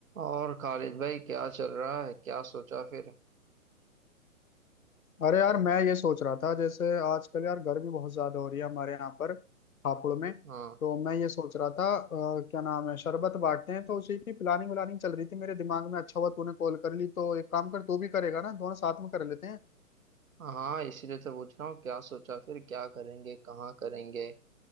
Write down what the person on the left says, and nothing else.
अरे यार मैं ये सोच रहा था जैसे आजकल यार गर्मी बहुत ज्यादा हो रही है हमारे यहाँ पर हापुड़ में
तो मैं ये सोच रहा था अ, क्या नाम है शरबत बांटते हैं तो उसी की प्लानिंग व्लानिंग चल रही थी मेरे दिमाग में अच्छा हुआ तूने कॉल कर ली तो एक काम कर तू भी करेगा ना दोनों साथ में कर लेते हैं